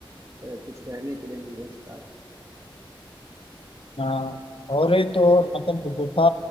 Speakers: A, on the right; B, on the left.
A: अ, कुछ कहने के लिए नहीं बचता है
B: हाँ और एक तो और मतलब गुफा